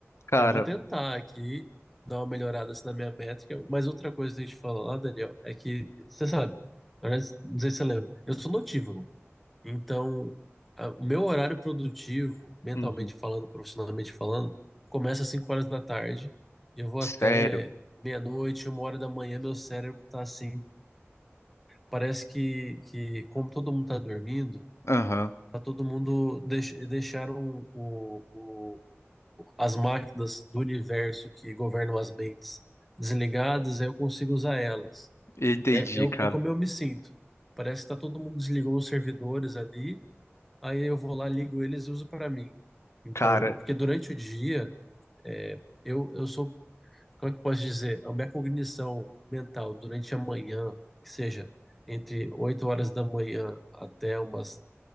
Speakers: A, on the left; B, in the centre.
A: cara,
B: Eu vou tentar aqui dar uma melhorada assim, na minha métrica, mas outra coisa que eu tenho que falar, Daniel, é que, você sabe, na verdade, não sei se você lembra, eu sou notívago. Então, a- o meu horário produtivo, mentalmente
A: uhum,
B: falando, profissionalmente falando, começa às 5 horas da tarde e eu vou até
A: sério,
B: meia-noite, uma hora da manhã, meu cérebro tá assim, parece que, que como todo mundo tá dormindo,
A: aham,
B: tá todo mundo deix, deixaram o, o, as máquinas do universo que governam as mentes desligadas, aí eu consigo usar elas.
A: eu entendi,
B: É, é, o-
A: cara,
B: é como eu me sinto. Parece que tá todo mundo desligou os servidores ali aí eu vou lá, ligo eles e uso para mim. Então,
A: cara,
B: porque durante o dia, é, eu, eu sou, como é que eu posso dizer, a minha cognição mental durante a manhã, que seja entre 8 horas da manhã até umas,